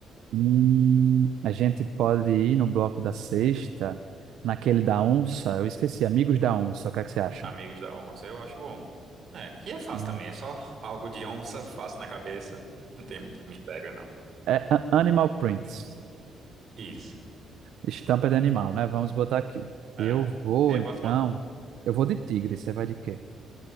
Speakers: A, on the right; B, on the right.
A: Hum, a gente pode ir no bloco da sexta, naquele da onça. Eu esqueci, Amigos da Onça. O que é que você acha?
B: amigos da onça, eu acho bom. É, que é fácil
A: Hum.
B: também. É só algo de onça, fácil na cabeça. Não tem muito mistério, não.
A: É a- Animal Prints.
B: Isso.
A: Estampa de animal, né? Vamos botar aqui.
B: É.
A: Eu vou,
B: É,
A: então.
B: bota uma.
A: Eu vou de tigre. Você vai de quê?